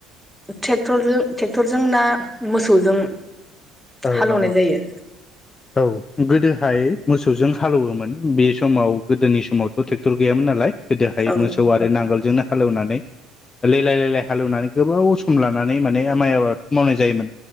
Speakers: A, in the centre; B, on the left.
A: टेकटरजों-ट्रेक्टरजों ना मोसौजों
B: औ
A: हालौवनाय
B: औ औ
A: जायो
B: औ गोदोहाय मोसौजों हालवोमोन बे समाव गोदोनि समावथ' ट्रेक्टर गैयामोन नालाय। गोदोहाय
A: औ
B: मोसौ आरो नांगोल जोंनो हालेवनानै लेलाय लेलाय हालेवनानै गोबाव सम लानानै माने माइ आबाद मावनाय जायोमोन